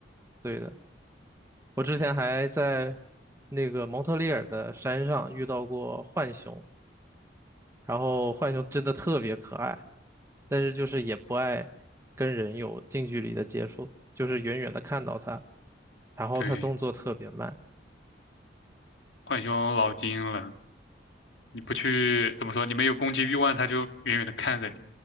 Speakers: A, on the right; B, on the left.
A: 对的。我之前还在那个蒙特利尔的山上遇到过浣熊，然后浣熊真的特别可爱，但是就是也不爱跟人有近距离的接触，就是远远的看到它，然后它动作特别慢。
B: 对，浣熊老精了，你不去怎么说？你没有攻击欲望，它就远远的看着你，